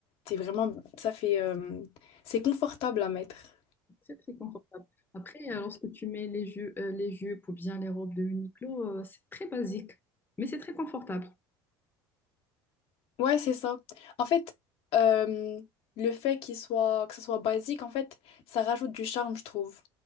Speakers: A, on the left; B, on the left.
A: C'est vraiment... Ça fait... euh, C'est confortable à mettre.
B: C'est très, très confortable. Après, euh, lorsque tu mets les ju- euh, les jupes ou bien les robes de Uniqlo, euh, c'est très basique, mais c'est très confortable.
A: Ouais, c'est ça. En fait, euh, le fait qu'il soit, que ce soit basique, en fait, ça rajoute du charme, je trouve.